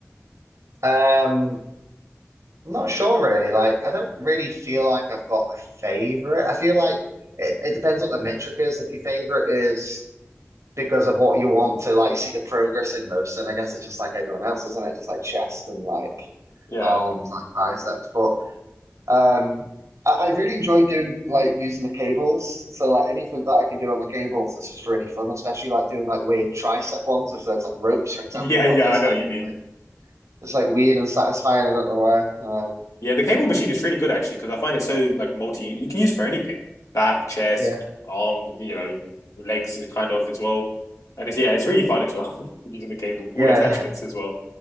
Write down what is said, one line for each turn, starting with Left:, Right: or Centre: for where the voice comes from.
Right: Um, I'm not sure really. Like I don't really feel like I've got a favorite. I feel like it, it depends what the metric is. If your favorite is because of what you want to like see the progress in most, then I guess it's just like everyone else, isn't it? Just like chest and like
Left: Yeah.
Right: arms, like biceps, but. Um, I, I really enjoy doing like using the cables. So like anything that I can do on the cables is just really fun, especially like doing like weird tricep ones with those like ropes, for example.
Left: Yeah, yeah,
Right: I've just
Left: I know
Right: found
Left: what you mean.
Right: them like it's like weird and satisfying. I don't know why. Um,
Left: Yeah, the cable machine is really good actually because I find it so like multi you can use for anything. Back, chest,
Right: yeah,
Left: arm, you know, legs is kind of as well. And it's yeah, it's really fun as well <laughs> using the cable, all
Right: yeah,
Left: attachments as well.